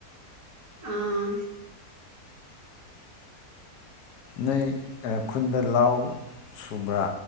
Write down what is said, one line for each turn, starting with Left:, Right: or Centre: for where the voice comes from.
Right: ꯑꯥ <unintelligible> <inaudible>
Left: ꯅꯣꯏ ꯈꯨꯟꯗ ꯂꯥꯎ ꯁꯨꯕ꯭ꯔꯥ